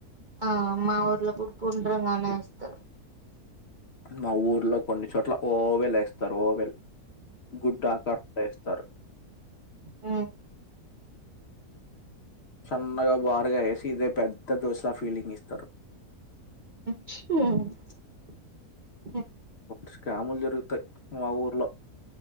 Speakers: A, on the right; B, on the left.
A: ఆ మా ఊర్లో గు గుండ్రంగానే వేస్తారు.
B: మా ఊర్లో కొన్ని చోట్ల ఓవెల్ వేస్తారు ఓవెల్ గుడ్డాకస్త సారు
A: ఆ
B: సన్ బారగా ఏసితే పెద్ద ఇత్త దోస్లా ఫీల్డింగ్ ఇస్తారు.
A: <unintelligible>
B: స గ్యాములు జరుగుతాయి మా ఊర్లో.